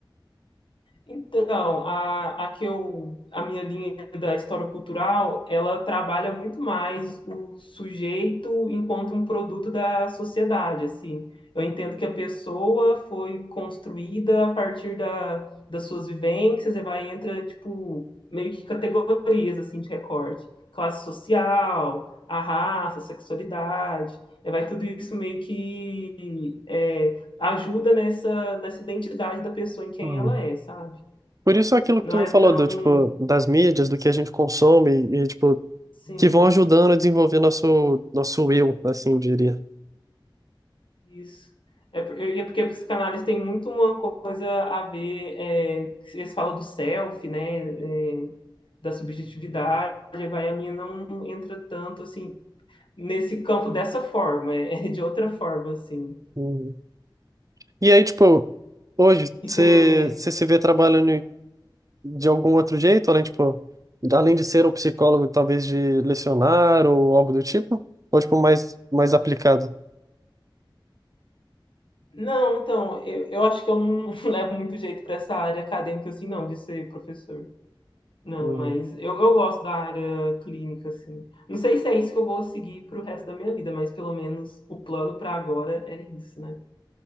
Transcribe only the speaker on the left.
Então, a, a que eu, a minha linha da história cultural, ela trabalha muito mais o sujeito enquanto um produto da sociedade, assim. Eu entendo que a pessoa foi construída a partir da, das suas vivências e vai entra, tipo, meio que categorias, assim, de recorte. Classe social, a raça, a sexualidade, e vai tudo isso meio que é, ajuda nessa, nessa identidade da pessoa em quem
ela é, sabe?
Não
é
tão,
sim,
isso. É, por- e é porque a psicanálise tem muito uma coisa a ver, é, eles falam do self, né, é, da subjetividade, aí vai a minha não entra tanto, assim, nesse campo dessa forma, é <laughs> de outra forma, assim.
E
você...
Não, então, eu, eu acho que eu não <laughs> levo muito jeito para essa área acadêmica, assim, não, de ser professor. Não,
mas eu, eu gosto da área clínica, assim. Não sei se é isso que eu vou seguir pro resto da minha vida, mas pelo menos o plano pra agora é isso, né?